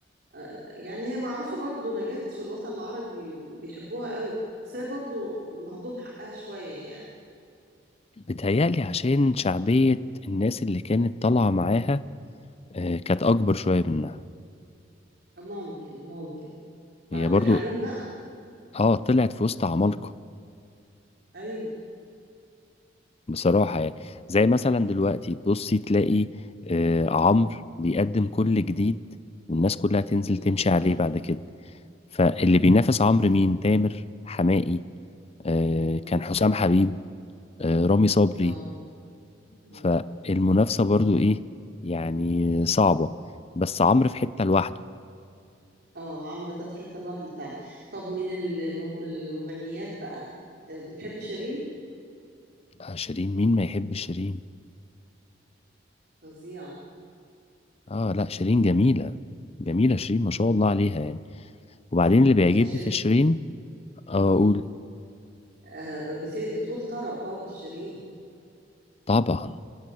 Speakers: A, on the right (about 60°); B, on the left (about 35°).
A: آه، يعني هي معروفة برضو نجاة في الوطن العربي بيحبوها قوي بس هي برضو مهضوم حقها شوية يعني
B: بتهيألي عشان شعبية الناس اللي كانت طالعة معاها آه، كانت اكبر شويه منها
A: آه، ممكن ممكن وعبد
B: هي برضو
A: الحليم بقى
B: اه طلعت في وسط عمالقه
A: أيوه
B: بصراحه يعني زي مثلا دلوقتي تبصي تلاقي آه عمرو بيقدم
A: مم.
B: كل جديد والناس كلها تنزل
A: مم.
B: تمشي عليه بعد كده فاللي بينافس عمرو مين تامر حماقي آه
A: مم.
B: كان حسام حبيب آه رامي صبري
A: اه مم.
B: فالمنافسه برضو ايه يعني صعبه بس عمرو في حته لوحده
A: اه عمرو ده في حتة لوحده فعلا طب من الم- المغنيات بقى آه، بتحب شيرين؟
B: آه شيرين مين ما يحب شيرين
A: فظيعة
B: اه لا شيرين جميله جميله شيرين ما شاء الله عليها يعني وبعدين اللي بيعجبني
A: اهي شيرين
B: في شيرين اقول
A: اه آه، بت- بتقول طرب برضو شيرين
B: طبعا